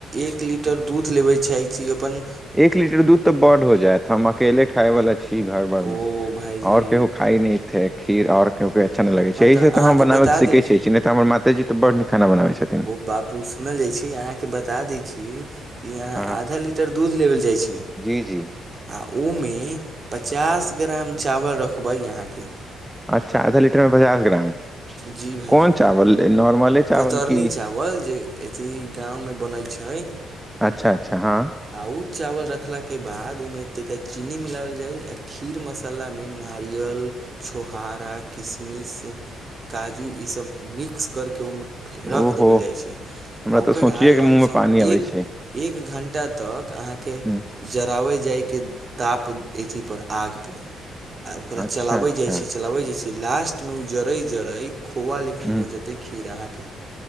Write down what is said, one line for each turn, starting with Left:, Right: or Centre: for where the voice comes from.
Right: एक लीटर दूध लेबै छै छी अपन
Centre: एक लीटर दूध तऽ बड्ड हो जायत हम अकेले खाय वला छी घर भर मे
Right: ओ भायजी
Centre: आओर केहू खाइ नै खीर आओर केओ के अच्छा नहि लगै
Right: हँ
Centre: छै एहिसँ तऽ
Right: अहाँके
Centre: हम बनाबैके
Right: बता
Centre: सीखैतै
Right: दै
Centre: छी नहि तऽ हमर मात ता जीऽ तऽ बड़ निक खाना बनाबै छथि
Right: ओ बाबू सुनल जाइ छै अहाँके बता दै छी कि अहाँ
Centre: हँ
Right: आधा लीटर दूध लेबल जाइ छी आ
Centre: जी जी
Right: ओहिमे पचास ग्राम चावल रखबै अहाँके
Centre: अच्छा आधा लीटरमे पचास ग्राम
Right: जी भाइजी
Centre: कोन चावल नॉर्मले चावल
Right: कतरनी
Centre: की
Right: चावल जे अथी गाँव मे बनैत छै
Centre: अच्छा अच्छा हँ
Right: आ उ चावल रखला के बाद ओ मे त चीनी मिलावल जाय आ खीर मसाल मसालामे नारियल छोहारा किशमिश काजू ई सभ मिक्स करके ओ मे रख
Centre: ओहो
Right: देबल जाइ छै आ
Centre: हमरा
Right: ओकरा
Centre: तऽ सोचिये के
Right: लमसम
Centre: मुँह मे पानी अबै
Right: एक
Centre: छै
Right: एक घण्टा तक अहाँके
Centre: ह
Right: जराबै जाइके ताप एथी पर आग पर आ ओकरा
Centre: अच्छा
Right: चलावे
Centre: अच्छा
Right: जाय छै चलाबे जेय छै लास्ट मे उ जड़ै जरै खोआ लेखन
Centre: ह
Right: हो जेतै खीर अहाँके